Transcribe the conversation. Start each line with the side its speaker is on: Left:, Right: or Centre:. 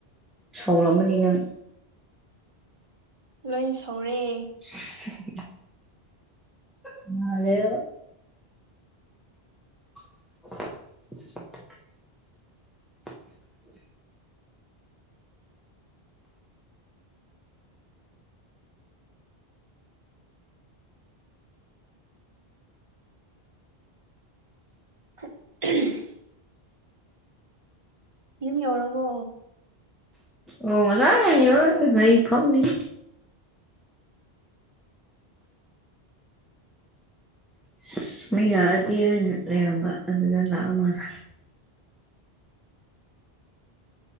Centre: ꯁꯥꯎꯔꯝꯃꯅꯤ ꯅꯪ
Right: ꯂꯩ ꯁꯧꯔꯦ
Centre: <unintelligible> ꯃꯥꯜꯂꯦꯕ <inaudible>
Right: <unintelligible> ꯌꯨꯝ ꯌꯧꯔꯕꯣ
Centre: ꯑꯣ ꯉꯁꯥꯏꯅ ꯌꯧꯔꯒ ꯂꯩ ꯐꯝꯃꯤ ꯑꯁ ꯃꯤ ꯂꯥꯛꯑꯗꯤ ꯍꯥꯏꯅ ꯂꯩꯔꯝꯕ ꯑꯗꯨꯒ ꯂꯥꯛꯑ ꯃꯥꯜꯂꯦ